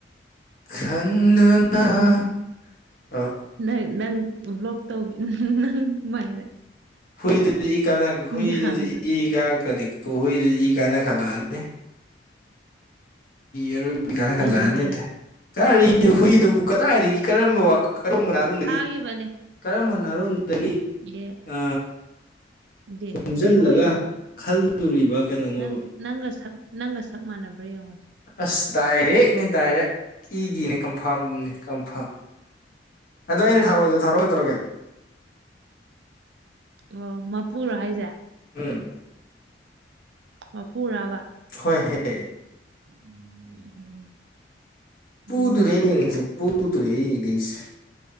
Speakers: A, on the left; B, on the right.
A: ꯈꯟꯗꯨꯅ ꯑ
B: ꯎꯝ ꯅꯪ ꯅꯪ ꯕ꯭ꯂꯣꯛ ꯇꯧꯕ ꯅꯪ ꯃꯥꯏꯔꯦ
A: ꯍꯨꯏꯗꯗꯤ ꯏ ꯀꯥꯟꯅ ꯍꯨꯏꯗꯗꯤ
B: ꯌꯥꯗꯨꯗ
A: ꯏ ꯀꯥꯔꯛꯛꯇ꯭ꯔꯅꯤꯀꯣ ꯍꯨꯏꯗꯗꯤ ꯏ ꯀꯥꯏꯅ ꯈꯜꯂꯛꯑꯅꯤ ꯑꯔꯣꯏꯕꯅꯤ ꯀꯥꯟꯅ
B: ꯀꯩꯒꯤꯅꯣꯅꯦ
A: ꯈꯜꯂꯛꯑꯅꯤꯠꯇ ꯀꯔꯤ ꯍꯨꯏꯗꯕꯨ ꯀꯗꯥꯏꯗꯒꯤ ꯀꯔꯝꯕ ꯀꯔꯝꯕ ꯅꯍꯥꯔꯣꯟꯗꯒꯤ
B: ꯊꯥꯈꯤꯕꯅꯦ
A: ꯀꯔꯝꯕ ꯅꯍꯥꯔꯣꯟꯗꯒꯤ
B: ꯌꯦ
A: ꯑ
B: ꯗꯦ
A: ꯈꯣꯝꯖꯤꯜꯂꯒ
B: ꯌꯦꯡꯉꯣ ꯌꯦꯡꯉꯣ ꯌꯦꯡꯉꯣ
A: ꯈꯜꯂꯨꯔꯤꯕ ꯀꯩꯅꯣꯅꯣꯕ
B: ꯅꯪ ꯅꯪꯒ ꯁꯛ ꯅꯪꯒ ꯁꯛ ꯃꯥꯟꯅꯕ꯭ꯔꯥ ꯌꯦꯡꯉꯣ
A: ꯑꯁ ꯗꯥꯏꯔꯦꯛꯅꯤ ꯗꯥꯏꯔꯦꯛ ꯏꯗꯤꯅꯦ ꯀꯟꯐꯥꯝꯅꯤ ꯀꯟꯐꯥꯝ ꯑꯗꯨꯣꯩꯅ ꯊꯔꯗ ꯊꯔꯛꯒꯗꯧꯔꯒꯦ
B: ꯑꯣ ꯃꯄꯨꯔ ꯍꯥꯏꯁꯦ
A: ꯎꯝ
B: ꯃ ꯄꯨꯔꯥꯕ
A: ꯁ ꯍꯦꯛ
B: ꯎꯝ ꯑꯗꯨꯝꯕ
A: ꯄ ꯄꯨꯗꯨꯗꯅꯤꯡꯁꯦ
B: ꯑꯃꯁꯨ ꯂꯩꯕ꯭ꯔꯥ
A: ꯄ ꯎꯗ꯭ꯔꯦ ꯏꯗꯤꯁ